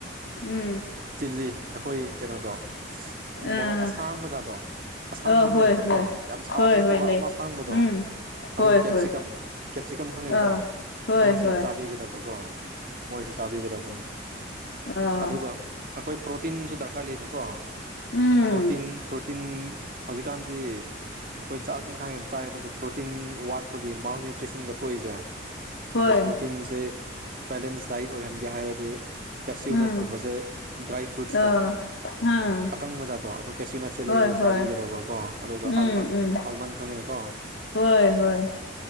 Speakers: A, on the left; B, on the right.
A: ꯎꯝ
B: ꯆꯤꯜꯂꯤ ꯑꯩꯈꯣꯏ ꯀꯩꯅꯣꯗꯣ
A: ꯑ
B: ꯃꯣꯔꯣꯛ ꯑꯁꯥꯡ ꯕꯖꯥꯔꯗꯣ ꯑꯁꯥꯡꯕ
A: ꯑ ꯍꯣꯏ
B: ꯑꯃ ꯂꯩꯗꯅꯀꯣ
A: ꯍꯣꯏ
B: ꯌꯥꯝ ꯁꯥꯕ
A: ꯍꯣꯏ
B: ꯅꯠꯇꯕ
A: ꯍꯣꯏ ꯂꯩ
B: ꯑꯃ ꯑꯁꯥꯡꯕꯗꯣ
A: ꯎꯝ ꯍꯣꯏ
B: ꯑꯗꯣ ꯀꯦꯞꯁꯤꯀꯝ
A: ꯍꯣꯏ
B: ꯀꯦꯞꯁꯤꯀꯝ ꯈꯪꯉꯦꯀꯣ
A: ꯑꯥ ꯍꯣꯏ
B: ꯃꯣꯏꯁꯦ
A: ꯍꯣꯏ
B: ꯌꯥꯝ ꯆꯥꯕꯤꯒꯗꯕꯀꯣ ꯃꯣꯏꯁꯤ ꯆꯥꯕꯤꯒꯗꯕꯅꯦ
A: ꯑꯗꯣ
B: ꯑꯗꯨꯒ ꯑꯩꯈꯣꯏ ꯄ꯭ꯔꯣꯇꯤꯟꯁꯨ ꯗꯔꯀꯥꯔ ꯂꯩꯅꯀꯣ
A: ꯎꯝ
B: ꯄ꯭ꯔꯣꯇꯤꯟ ꯄ꯭ꯔꯣꯇꯤꯟ ꯍꯧꯖꯤꯛ ꯀꯥꯟꯗꯤ ꯑꯩꯈꯣꯏ ꯆꯥꯛ ꯏꯟꯁꯥꯡ ꯌꯥꯝ ꯆꯥꯏꯕꯀꯣ ꯄ꯭ꯔꯣꯇꯤꯟ ꯋꯥꯠꯄꯒꯤ ꯃꯥꯜꯅ꯭ꯌꯨꯇ꯭ꯔꯤꯁꯟ ꯊꯣꯛꯏꯁꯦ
A: ꯍꯣꯏ
B: ꯑꯗꯣ ꯄ꯭ꯔꯣꯇꯤꯟꯁꯦ ꯕꯦꯂꯦꯟꯁ ꯗꯥꯏꯠ ꯑꯣꯏꯍꯟꯒꯦ ꯍꯥꯏꯔꯗꯤ ꯀꯦꯁꯤꯌꯣꯅꯠꯀꯨꯝꯕꯁꯦ
A: ꯎꯝ
B: ꯗ꯭ꯔꯥꯏ ꯐ꯭ꯔꯨꯏꯠꯁꯇꯣ
A: ꯑꯥ ꯎꯝ
B: ꯑꯀꯪꯕꯖꯥꯗꯣ ꯑꯗꯣ ꯀꯦꯁꯤꯅꯠꯁꯦ
A: ꯍꯣꯏ
B: ꯂꯩꯔꯦ
A: ꯍꯣꯏ
B: ꯆꯥꯕꯤꯒꯗꯧꯕꯀꯣ ꯑꯗꯨꯒ
A: ꯎꯝ
B: ꯑꯜꯃꯟ
A: ꯎꯝ
B: ꯑꯜꯃꯥꯟ ꯈꯪꯉꯦꯀꯣ
A: ꯍꯣꯏ ꯍꯣꯏ